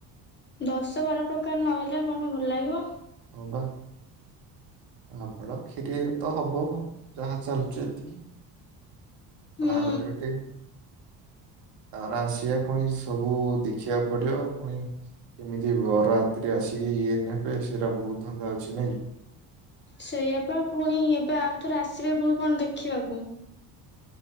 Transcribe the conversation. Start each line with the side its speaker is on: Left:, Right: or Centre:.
Left: ଦଶ ବାର ପ୍ରକାର ନହଲେ କଣ ଭଲ ଲାଗିବ
Right: ହଁ ବା ଆପଣ କ୍ଷିରିରେ ତ ହବ ଯାହା ଚାଲିଚି।
Left: ହୁଁ
Right: ବାହାଘରଟେ ଗୋଟେ ତାର ଆସିବା ପୁଣି ସବୁ ଦେଖିବାକୁ ପଡିବ ପୁଣି କେମିତି ବର ରାତିରେ ଆସିକି ଇଏ ନେବେ ସେଟା ବହୁତ ଧନ୍ଦା ଅଛି ନାଇଁ କି
Left: ସେଇଆପା ପୁଣି ଏବେ ଆଉଥରେ ଆସିବେ ପୁଣି କଣ ଦେଖିବାକୁ